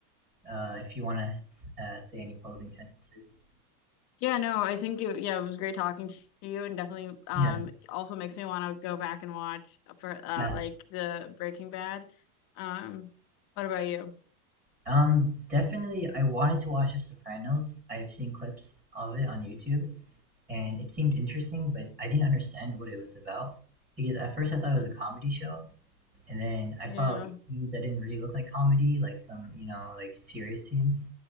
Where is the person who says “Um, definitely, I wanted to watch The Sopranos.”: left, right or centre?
Right